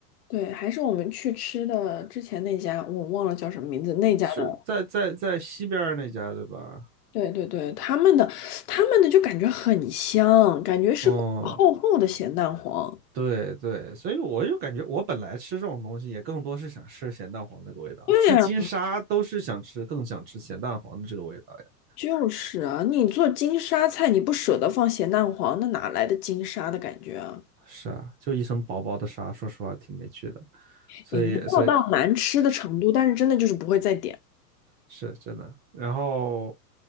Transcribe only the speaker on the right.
是在在在西边那家对吧？
哦、对对，所以我就感觉我本来吃这种东西也更多是想吃咸蛋黄那个味道，
吃金沙都是想吃，更想吃咸蛋黄的这个味道呀。
是啊，就一层薄薄的沙，说实话挺没趣的。所以所以
是真的。然后